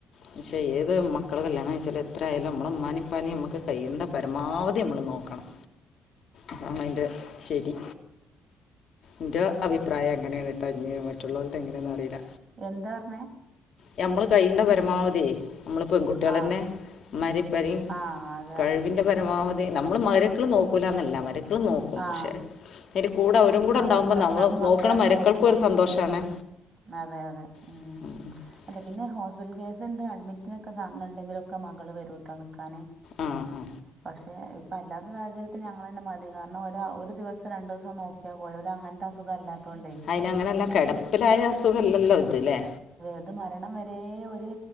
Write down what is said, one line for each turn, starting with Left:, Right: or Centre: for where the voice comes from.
Left: പക്ഷെ ഏത് മക്കൾ കല്യാണം കഴിച്ചാലും എത്രായാലും നമ്മളെ മ്മനിം പാനിം നമ്മക്ക് പരമാവധി നമ്മള് നോക്കണം അതാണ് ശരി ൻ്റെ അഭിപ്രായം അങ്ങനേണ് ട്ടോ ഞ്ഞ് മറ്റുള്ളോൽത് എങ്ങനെ അറീല്ല
Right: എന്താ പറഞ്ഞേ
Left: നമ്മള് കഴിവിന്റെ പരമാവധി -- നമ്മള് പെൺകുട്ട്യാളെന്നെ
Right: ആ
Left: മ്മാരിം പ്പാരിം
Right: ആ അതെ
Left: കഴിവിൻ്റെ
Right: അതെ ഉം.
Left: പരമാവധി നമ്മൾ മറി മര്യക്കള് നോക്കുലന്നല്ല മരിക്കള് നോക്കും
Right: ആ
Left: ക്ഷേ കൂടെ അവരും കൂടെ
Right: ആ
Left: ഉണ്ടാവുമ്പോ
Right: മക്കളുണ്ടാകുമ്പോൾ
Left: നമ്മൾ
Right: മക്കളെ
Left: നോക്കണ
Right: തന്നെ
Left: മരക്കൾക്കും
Right: നോക്കും മക്കൾക്ക്
Left: ഒരു സന്തോഷണ്
Right: ഉം. അതെ അതെ ഉം.
Left: <inaudible>
Right: അല്ല പിന്നെ ഹോസ്പിറ്റൽ കേസ് ഉണ്ട് അഡ്മിറ്റിനൊക്കെ സ ഉണ്ടെങ്കിലുംക്കെ മകൾ വരുട്ടോ നിൽക്കാൻ
Left: ആ ആ
Right: പക്ഷെ ഇപ്പ അല്ലാത്ത സാഹചര്യത്തിൽ ഞങ്ങൾ തന്നെ മതി കാരണം ഒ ഒരു ദിവസം രണ്ടു ദിവസം നോക്കി ഓര അങ്ങനത്തെ അസുഖമല്ല തൊണ്ടേ
Left: അതിനങ്ങനെയല്ല
Right: ഇത്
Left: കിടപ്പിലായ അസുഖമല്ലല്ലോ ഇത് അല്ലേ
Right: ഇത് മരണം വരെ ഒരേ